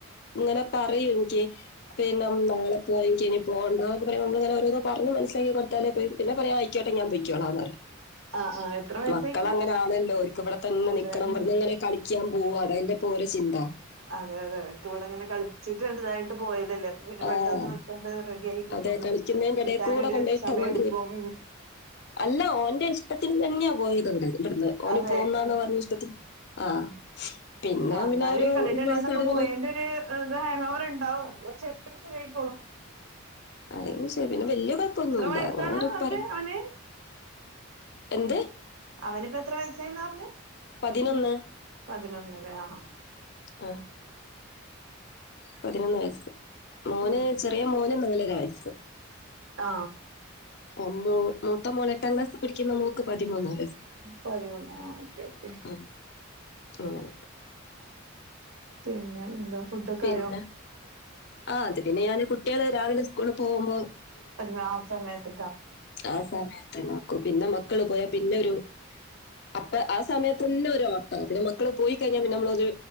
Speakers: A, on the left; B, on the right.
A: ഇങ്ങനെ പറയും എനിക്ക് പിന്നെ നാളെ പോവാം എനിക്കിനി പോവണ്ടാ നമ്മളിങ്ങനെ ഓരോന്ന് പറഞ്ഞ് മനസ്സിലാക്കി കൊടുത്താല് പോയി പിന്നെ പറയാം ആയ്ക്കോട്ടെ ഞാൻ പൊയ്ക്കോളാന്ന് പറയും
B: ആഹ് ആഹ് എത്ര വയസ്സായിക്കണ്
A: മക്കള് അങ്ങനെ ആണല്ലോ ഓരിക്ക് ഇവിടെ തന്നെ
B: അതെ
A: നിക്കണം
B: ഉം
A: പറഞ്ഞ് അങ്ങനെ കളിക്കാൻ പോവാം അതാ അല്ലേ ഇപ്പോ ഓരുടെ ചിന്ത
B: അതെ അതെ അവർക്ക് ഇവിടെങ്ങനെ കളിച്ചിട്ട് വലുതായിട്ട് പോയ അതല്ലേ പിന്നെ
A: ആഹ്.
B: പെട്ടന്ന് വെക്കാണ്ട് റെഡിയായി കിട്ടും
A: അതെ കളിക്കുന്നേന്റെ
B: കിട്ടാൻ
A: എടേ കൂടെ
B: ഒരു
A: കൊണ്ടോയിട്ട
B: സമയം
A: മാതിരി
B: എടുക്കും
A: അല്ല ഓന്റെ ഇഷ്ടത്തിന് തന്നെയാ പോയത് ഇവിടു ഇവിടുന്ന് ഓന്
B: അതെ
A: പോകുന്നാന്ന്
B: ആ
A: പറഞ്ഞ് ഇഷ്ടത്തി ആ പിന്നെ
B: ആ എന്നാലും
A: പിന്നെ ഒരു
B: ഈ കളിയുടെ ഇടയിന്നൊക്കെ
A: മാസം ഇറങ്ങി
B: പോയന്റെ ഒരു ഹാങ് ഓവർ ഉണ്ടാവും ചെ ശരി ആയികോളും
A: അ ശരി പിന്നെ വല്ല്യ കുഴപ്പൊന്നുമല്ല
B: വയസ്സാണ്
A: ങ്ങരു
B: പറഞ്ഞെ
A: പറ
B: അവന്
A: എന്ത്
B: അവനിപ്പോ എത്ര വയസായിന്നറിഞ്ഞ
A: പതിനൊന്ന്
B: പതിനൊന്ന് അല്ലേ ആ
A: ആ പതിനൊന്ന് വയസ്സ് മോന്
B: ഉം
A: ചെറിയ മോന് നാലര വയസ്സ്
B: ആ
A: ആ, മൂത്ത മോൻ എട്ടാം ക്ലാസിൽ പഠിക്കുന്ന മോക്ക് പതിമൂന്നാ
B: പതിനൊന്ന് ആ ഓക്കെ ഓക്കെ
A: ഉം, അങ്ങനെ
B: പിന്നെ എന്താ ഫുഡൊക്കെ
A: പിന്നെ
B: ആയോ
A: ആ അത് പിന്നെ ഞാന് കുട്ടികള് രാവിലെ സ്കൂളിൽ പോകുമ്പോ
B: അത് മാ ആ സമയത്ത്
A: ആഹ് <unintelligible> പിന്നെ മക്ക മക്കള് പോയാ പിന്നെ ഒരു അപ്പ ആ സമയത്ത്ന്നെ ഒരു ഓട്ട പിന്നെ മക്കൾ പോയി കഴിഞ്ഞാ പിന്നെ നമ്മളൊ ഒരു